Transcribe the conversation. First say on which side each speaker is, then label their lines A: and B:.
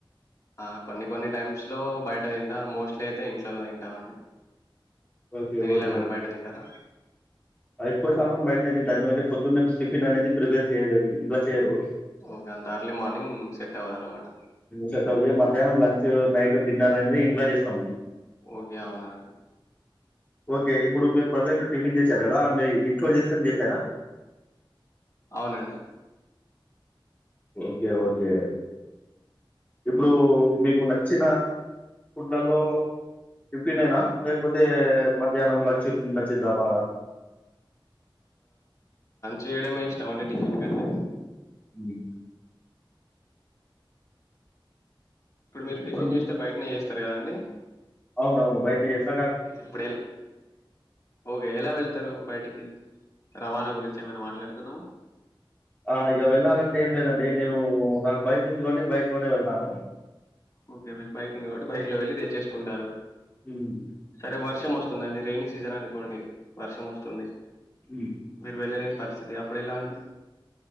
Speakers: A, on the left; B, on the left.
A: ఆ కొన్ని కొన్ని టైమ్స్లో బయట తింటా మోస్ట్లీ అయితే ఇంట్లోనే తింటామండి
B: ఓకే
A: మీరు ఇలా
B: ఓకే
A: ఏమైనా బయట తింటారా
B: ఆ ఎక్కువ శాతం బయటనే తింట ఎందుకంటే పొద్దున్నే టిఫిన్ అనేది ప్రిపేర్ చేయలేదు ఇంట్లా చేయరు
A: ఓకే అంత అర్లీ మార్నింగ్ సెట్ అవ్వదు అన్నమాట
B: సెట్ అవుతుంది <unintelligible> నైట్ డిన్నర్ అనేది ఇంట్లో చేస్తాం
A: ఓకే అవునా అండి
B: ఓకే ఇప్పుడు మీరు ప్రజెంట్ టిఫిన్ చేసారు కదా మీరు ఇంట్లో చేస్తని చేసారా
A: అవునండి
B: ఓకే ఓకే ఇప్పుడు మీకు నచ్చిన ఫుడ్లలో టిఫిన్నా లేకపోతే మధ్యాహ్నం లంచ్ ఫ్న్ నచ్చిద్దా బాగా
A: చెయ్యడమే ఇస్టమంది టిఫెన్ కంటె
B: ఇ
A: ఇప్పుడు మీరు టిఫన్
B: ఉమ్.
A: చేస్తే బయటనే చేస్తే చెస్తారు కదండి
B: అవునవును బయటనే చేస్త
A: ఇప్పుడు ఎ ఓకే ఎలా వెళ్తారు బయటికి రవాణా గురించి ఏమైనా మాట్లాడుకుందావా
B: ఆ ఇక వెళ్ళాలంటే ఏం లేదండి నేను నాకు బైక్ నుంచి ఒకటి బైక్ లోనే వెళ్తాను
A: ఓకే మీ బైక్ ఉంది కాబట్టి బైక్ లో వెళ్ళలి తెచ్చేసుకుంటారు
B: హ్మ్.
A: సరే వర్ష మస వస్తుందండి రెైనీ సీజన్ అనుకోండి వర్షం వస్తుంది
B: హ
A: మీరు వెళ్ళలేని పరిస్థితి అప్పుడు ఎలా అండి